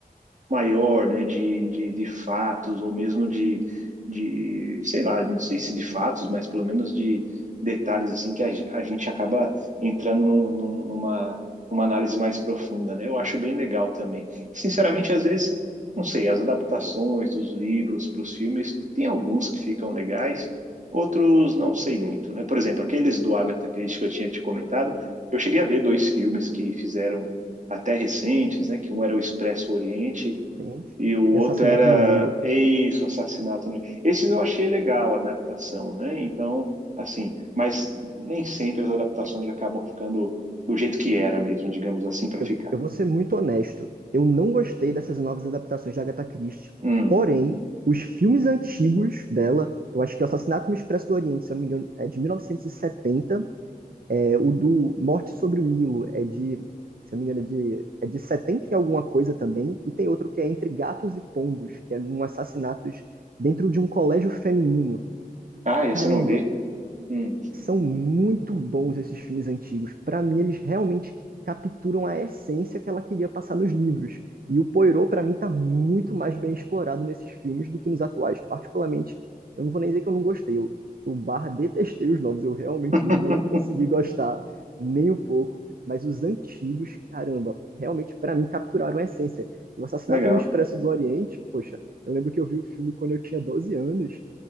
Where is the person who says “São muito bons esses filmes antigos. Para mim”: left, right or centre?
Right